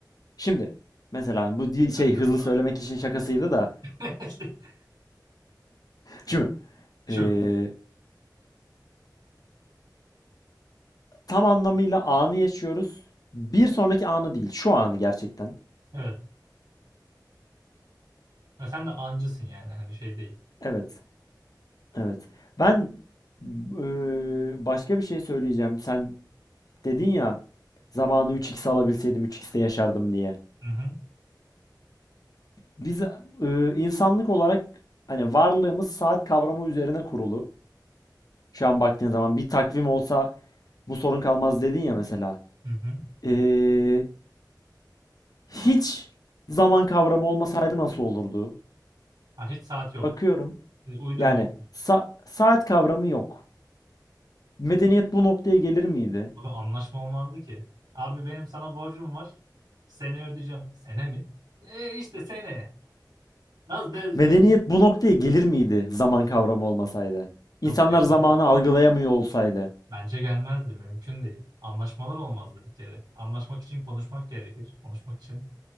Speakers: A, on the left; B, on the right.
A: Şimdi mesela bu di-
B: Ya kaçırdın
A: şey hızlı
B: abi.
A: söylemek için şakasıydı da.
B: <laughs>
A: Şimdi
B: Şu.
A: Ee, tam anlamıyla anı yaşıyoruz. Bir sonraki anı değil, şu anı gerçekten.
B: Evet. Ya sen de ancısın yani. Hani şey değil.
A: Evet, evet. Ben eee, başka bir şey söyleyeceğim. Sen dedin ya zamanı 3x alabilseydim 3x'te yaşardım diye.
B: Hı hı.
A: Biz eee, insanlık olarak hani varlığımız saat kavramı üzerine kurulu. Şu an baktığın zaman bir takvim olsa bu sorun kalmaz dedin ya mesela.
B: Hı hı.
A: Eee, hiç zaman kavramı olmasaydı nasıl olurdu?
B: Ha, hiç saat yok.
A: Bakıyorum.
B: E, Uydurmam.
A: Yani sa- saat kavramı yok. Medeniyet bu noktaya gelir miydi?
B: Abi anlaşma olmazdı ki. Abi benim sana borcum var. Seneye ödeyeceğim. Sene mi? E işte seneye. Nasıl de,
A: Medeniyet
B: de-
A: bu noktaya gelir miydi zaman kavramı olmasaydı?
B: Yok
A: İnsanlar
B: gelmez.
A: zamanı algılayamıyor olsaydı.
B: Bence gelmezdi. Mümkün değil. Anlaşmalar olmazdı bir kere. Anlaşmak için konuşmak gerekir. Konuşmak için